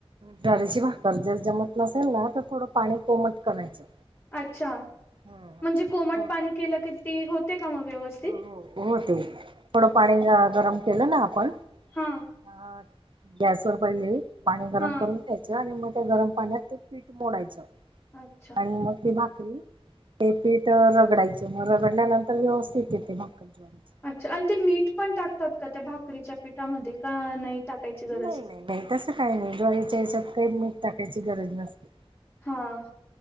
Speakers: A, on the right; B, on the left.
A: ज्वारीची भाकर जर, जमत नसेल ना, तर थोडं पाणी कोमट करायचं.
B: अच्छा,
A: हो
B: म्हणजे कोमट पाणी केलंकी, ती होते का मग व्यवस्थ
A: हो, हो होते, थोडं पाणी गरम केलं ना आपण.
B: हा,
A: अ, गॅस वर पहिले, पाणी गरम
B: हा.
A: करून घ्यायचं, आणि मग त्या गरम पाण्यात पिट, मोडायचं
B: अच्छा.
A: आणि मग ती, भाकरी ते पीठ रगडायच, म रगडल्यानंतर व्यवस्थित येते भाकर ज्वाडीच.
B: अच्छा, अणते मीठ पण टाकतात, कात्या भाकरीच्या पिठामध्ये, का नाही टाकायची गरज.
A: नाही नाही नाही, तसं काही नाही, ज्वारीच्या याच्यात काही मीठ टाकायची गरज नसते.
B: हा,